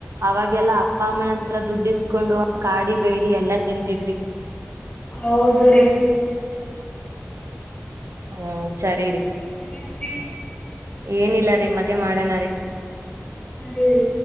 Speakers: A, on the right (about 85°); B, on the left (about 20°).
A: ಅವಾಗೆಲ್ಲಾ ಅಪ್ಪ ಅಮ್ಮನ ಹತ್ರ ದುಡ್ಡಿಸ್ಕೊಂಡು ಕಾಡಿ ಬೇಡಿ ಎಲ್ಲಾ ತಿಂತಿದ್ವಿ
B: ಹೌದು ರೀ
A: ಹ ಸರಿ ರೀ
B: ಇನ್ನೇನ್ರಿ
A: ಏನಿಲ್ಲ ರೀ ಮತ್ತೆ ಮಾಡನ ರೀ
B: ಹ್ಮ ರೀ ರೀ